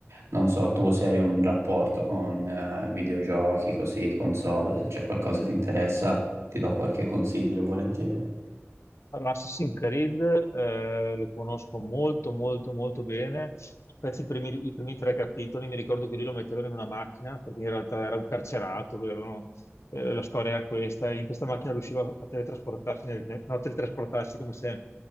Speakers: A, on the right; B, on the left.
A: Non so, tu se hai un rapporto con eh, videogiochi, così, console, se c'è qualcosa che ti interessa, ti do qualche consiglio volentieri.
B: Allora, Assassin's Creed eh, lo conosco molto molto molto bene, specie i primi, i primi tre capitoli, mi ricordo che lui lo mettevano in una macchina perché in realtà era un carcerato, lui avevano- eh, la storia era questa, e in questa macchina riusciva a teletrasportarsi, nel, no, a teletrasportarsi come se